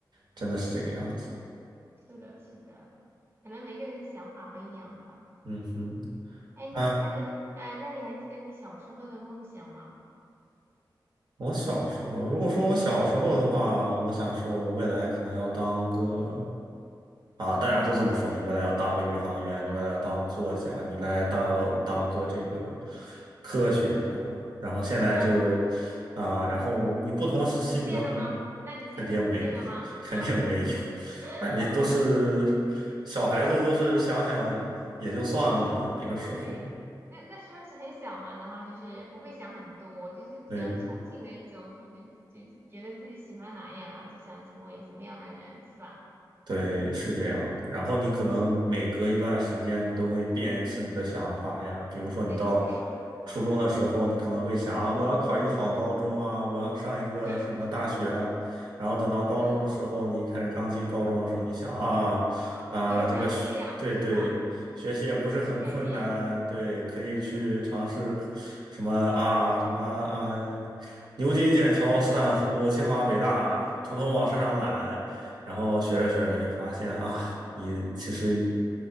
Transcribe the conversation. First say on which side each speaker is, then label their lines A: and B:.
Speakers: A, on the right; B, on the right.
A: 真的是这个样子。
B: 是的，是的，可能每个人想法不一样吧。
A: 嗯哼，
B: 哎，那那你还啊，
A: 啊，
B: 那你还记得你小时候的梦想吗？
A: 我小时候，如果说我小时候的话，我想说，我未来可能要当个。啊，大家都这么说，你未来要当个宇航员，你未来要当个作家，你未来当当个这个科学家，然后现在就
B: 哦，
A: 啊，然后你不同时期你的
B: 实现了吗？那你现在实现了吗？
A: 肯定没有，<laughs> 肯定没有，
B: 啊，
A: 那你都是小孩子，
B: <laughs>
A: 都是想想也就算了，那个时候，
B: 对，那那时候是很小嘛，然后就是不会想很多，就是比较憧憬的一种，
A: 对，
B: 就就就觉得自己喜欢哪样啊，然后就想成为什么样的人，是吧？
A: 对，是这样的。然后你可能每隔一段时间，你都会变一次你的想法呀。比如说，你到
B: 对对对，
A: 初中的时候，
B: 是的，
A: 你可能会想啊，我要考一个好高中啊，我要上一个什么大学啊。
B: <laughs>
A: 然后等到高中的时候，
B: 是的，
A: 你一开始刚进高中的时候，你想啊啊，
B: 啊，哦你又想这样是吧？
A: 这个学对对，学习也不是很困难，
B: 只是会改变。
A: 对，可以去尝试考什么啊什么啊，牛津、剑桥、斯坦福、清华、北大，统统往身上揽。然后学着学着，你会发现啊，你其实